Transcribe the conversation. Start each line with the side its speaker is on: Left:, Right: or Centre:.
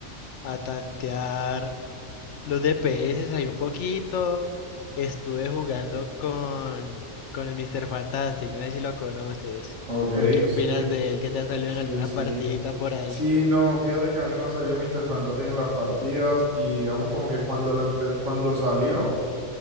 Left: a tantear los DPS ahí un poquito, estuve jugando con, con el Mr. Fantastic, no sé si lo conoces,
Right: Ok,
Left: o qué opinas
Right: sí,
Left: de él que te ha salido
Right: sí,
Left: en alguna
Right: sí.
Left: partidita por ahí.
Right: Sí, no, fíjate que a mí me salió salido Mr. Fantastic en las partidas y digamos como que cuando lo empe- cuando salió,